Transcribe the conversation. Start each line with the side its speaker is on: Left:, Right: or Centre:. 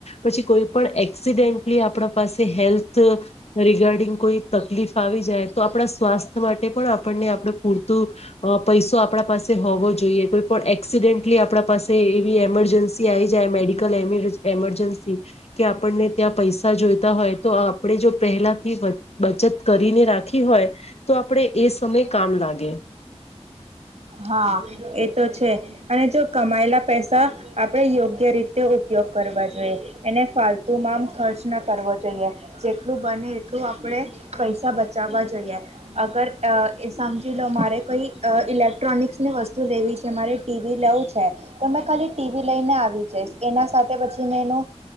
Left: પછી કોઈ પણ એ એક્સિડેન્ટલી આપણા પાસે હેલ્થ રિગાર્ડિંગ કોઈ તકલીફ આવી જાય તો આપણા સ્વાસ્થ્ય માટે પણ આપણને આપડ પૂરતું પૈસો આપણા પાસે હોવો જોઈએ કોઈ પણ એક્સ ડેંટલી આપડા પાસે એવી એમરજન્સી આવી જાય મેડિકલ એમરજન્સી કે આપણને ત્યાં પૈસા જોઈતા હોય તો આપણેે જો પહેલાથી બચત કરીને રાખી હોય તો આપણેે એ સમય કામ લાગે
Right: હા એ તો છે અને જો કમાયેલા પૈસા આપડે યોગ્ય રીતે ઉપયોગ કરવા જોઈએ એને ફાલતુ મામ ખર્ચ ન કરવો જોઈએ જેટલું બને એટલું આપણે પૈસા બચાવવા જોઈએ અગર એ સમજી લો મારે કોઈ ઇલેક્ટ ટેક્ટ્રોનિક્સની વસ્તુ લેવી છે મારે ટીવી લેવું છે તો મે ખાલી ટીવી લઈને આવી જઈ એના સાથે તે પછી મેં એનો